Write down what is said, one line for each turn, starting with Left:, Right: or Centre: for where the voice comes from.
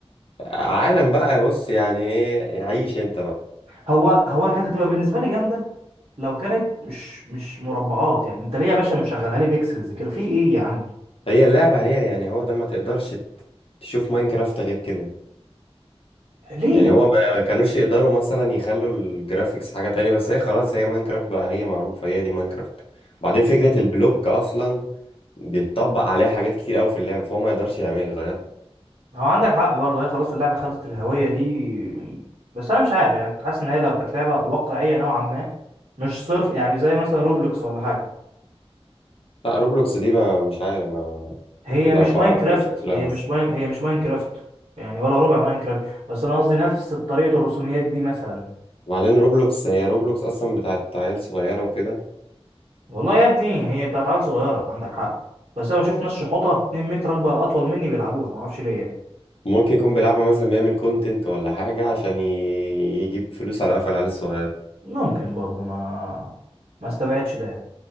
Left: عالم بقى بص يعني إيه عيش أنت بقى
Right: هو هو كانت هتبقى بالنسبه لي جامده لو كانت مش مش مربعات يعني انت ليه يا باشا مشغلها لي بيكسلز كده في ايه يا عم
Left: هي اللعبة هي يعني هو ده ما تقدرش تشوف ماينكرافت غير كده
Right: ليه
Left: يعني هو ما ما كانوش يقدروا مثلا يخلوا الجرافيكس حاجة تاني بس هي خلاص هي ماينكرافت بقى هي معروفة هي دي ماينكرافت بعدين فكرة البلوك أصلا بيتطبق عليها حاجات كتير أوي في اللعب فهو ما يقدرش يعمل يغيرها
Right: هو عندك حق برضه هي خلاص اللعبة خدت الهوية دي بس أنا مش عارف يعني كنت حاسس إن هي لو كانت لعبة واقعية نوعا ما مش صرف يعني زي مثلا روبلوكس ولا حاجة
Left: لا روبلوكس دي ما مش عارف ما
Right: هي
Left: لا
Right: مش
Left: بقرف
Right: ماينكرافت
Left: من شكلها
Right: هي مش ماين... هي مش ماينكرافت يعني ولا ربع ماينكرافت بس أنا قصدي نفس طريقة الرسوميات دي مثلا
Left: وبعدين روبلوكس هي روبلوكس اصلا بتاعت عيال صغيره وكده
Right: والله يا ابني هي بتاعت عيال صغيرة عندك حق بس أنا بشوف ناس شحوطة 2 متر أكبر أطول مني بيلعبوها معرفش ليه يعني
Left: ممكن يكون بيلعبها مثلا بيعمل كونتنت ولا حاجه عشان ي- يجيب فلوس على قفل العيال الصغيره
Right: ممكن برضه ما ما استبعدش ده يعني.